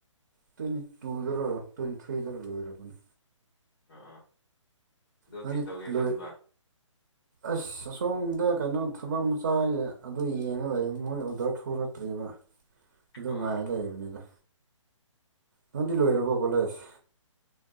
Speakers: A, on the right; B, on the left.
A: ꯇ꯭ꯋꯦꯟꯇꯤ ꯇꯨꯗꯔ ꯇ꯭ꯋꯦꯟꯇꯤ ꯊ꯭ꯔꯤꯗꯔ ꯂꯣꯏꯔꯕꯅꯤ
B: ꯑ ꯑꯣ
A: ꯅꯪꯗꯤ
B: ꯀꯩ ꯇꯧꯒꯦ ꯈꯟꯕ
A: ꯂꯣꯏ ꯑꯁ ꯑꯁꯣꯝꯗ ꯀꯩꯅꯣ ꯊꯕꯛ ꯃꯆꯥ ꯑꯗꯨ ꯌꯦꯡꯉ ꯂꯩ ꯃꯣꯏ ꯑꯣꯗꯔ ꯊꯣꯛꯣꯔꯛꯇ꯭ꯔꯤ ꯑꯗꯨꯒ ꯑꯗꯨ
B: ꯑꯣ
A: ꯉꯥꯏꯔ ꯂꯩꯔꯤꯕꯅꯤꯗ ꯅꯪꯗꯤ ꯂꯣꯏꯔꯕꯣ ꯀꯣꯂꯦꯖ